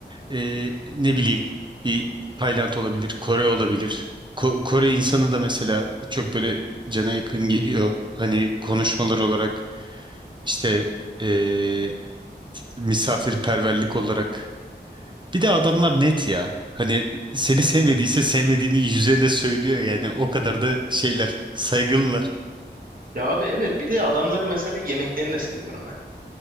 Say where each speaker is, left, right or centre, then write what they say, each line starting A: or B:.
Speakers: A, on the right; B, on the right.
A: e, ne bileyim bir Tayland olabilir, Kore olabilir. Ko- Kore insanı da mesela çok böyle cana yakın geliyor. Hani konuşmalar olarak işte e, misafirperverlik olarak. Bir de adamlar net ya. Hani seni sevmediyse sevmediğini yüzlerinde söylüyor yani. O kadar da şeyler, saygılılar.
B: Ya abi evet bir de adamların mesela yemeklerini de seviyorum ben.